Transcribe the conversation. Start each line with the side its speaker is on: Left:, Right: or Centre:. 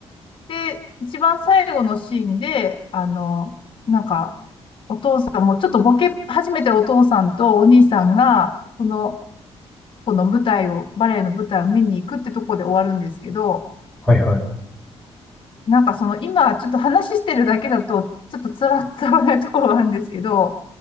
Left: で、一番最後のシーンで、あの、なんか、お父さんもちょっとボケ始めてるお父さんとお兄さんが、その、この舞台を、バレエの舞台を見に行くってとこで終わるんですけど、
Centre: はい。は
Left: なんかその今ちょっと話してるだけだと、ちょっとつらつらないところがあるんですけど、